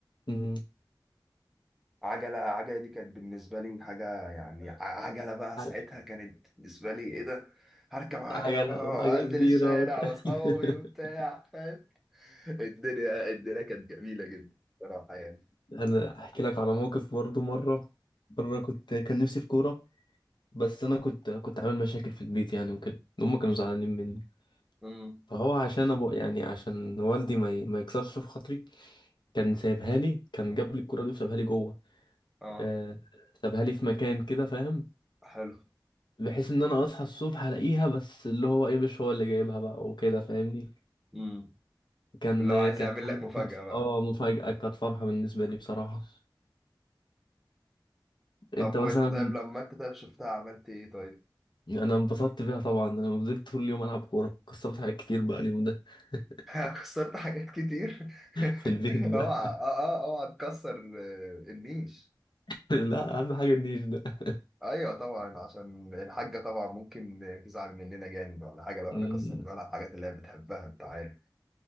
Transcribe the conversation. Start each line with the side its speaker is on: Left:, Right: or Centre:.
Left: مم.
Centre: عجله عجله دي كانت بالنسبه لي حاجه يعني ع- عجله بقى
Left: عج-
Centre: ساعتها كانت بالنسبه لي ايه ده هركب عجله
Left: عجلة
Centre: بقى
Left: وعجلة
Centre: وانزل
Left: كبيرة
Centre: الشارع
Left: وت- <laughs>
Centre: واصحابي وبتاع فاهم <laughs> الدنيا الدنيا كانت جميله جدا صراحه يعني
Left: أنا أحكي لك على موقف برضو مرة مرة كنت كان نفسي في كورة بس أنا كنت كنت عامل مشاكل في البيت يعني وكده هما كانوا زعلانين مني
Centre: امم
Left: فهو عشان أبو يعني عشان والدي ما, ي... ما يكسرش في خاطري كان سايبها لي كان جاب لي الكورة دي وسابها لي جوه
Centre: اه
Left: آه، سابها لي في مكان كده فاهم
Centre: حلو
Left: بحيث ان انا اصحى الصبح الاقيها بس اللي هو ايه مش هو اللي جايبها بقى وكده فاهمني
Centre: امم
Left: كان
Centre: لو عايز
Left: كانت
Centre: يعمل
Left: حاجة-
Centre: لك مفاجاه
Left: كانت
Centre: بقى
Left: اه مفاجأة كانت فرحة بالنسبة لي بصراحة
Centre: طب
Left: انت
Centre: وانت
Left: مثلا
Centre: طيب لما انت طيب شفتها عملت ايه طيب؟
Left: انا انبسطت بيها طبعا انا فضلت طول اليوم العب كورة كسرت حاجات كتير بقى اليوم ده <laughs>
Centre: <laughs> خسرت حاجات كتير <laughs>
Left: في البيت
Centre: اوعى
Left: بقى
Centre: اه اه اوعى تكسر آه، النيش
Left: <laughs> لا اهم حاجة النيش ده
Centre: ايوه طبعا عشان الحاجه طبعا ممكن تزعل مننا جامد ولا حاجه لو
Left: مم.
Centre: احنا كسرنا لها الحاجات اللي هي بتحبها انت عارف